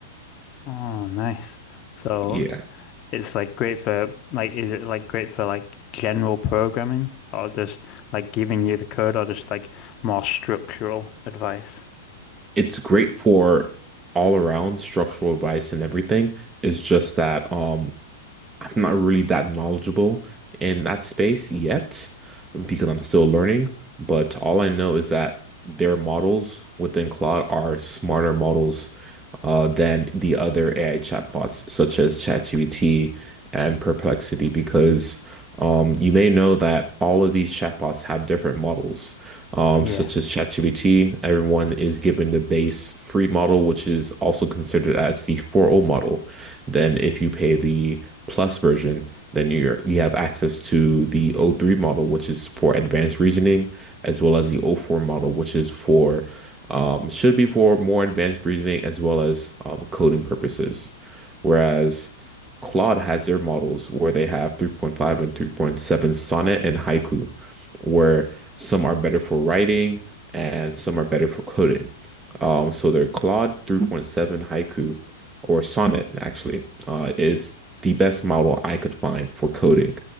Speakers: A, on the left; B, on the right.
A: Oh, nice. So
B: Yeah.
A: it's like great for like is it like great for like general programming or just like giving you the code or just like more structural advice?
B: It's great for all around structural advice and everything. It's just that um I'm not really that knowledgeable in that space yet because I'm still learning, but all I know is that their models within Claude are smarter models uh, than the other AI chatbots, such as ChatGPT and Perplexity, because um, you may know that all of these chatbots have different models, um,
A: Yeah.
B: such as ChatGPT. Everyone is given the base free model, which is also considered as the 4.0 model. Then, if you pay the Plus version, then you're you have access to the O three model, which is for advanced reasoning, as well as the O four model, which is for um, should be for more advanced reasoning as well as um, coding purposes. Whereas Claude has their models where they have 3.5 and 3.7 Sonnet and Haiku, where some are better for writing and some are better for coding. Um, so their Claude 3.7 Haiku or Sonnet actually uh, is the best model I could find for coding.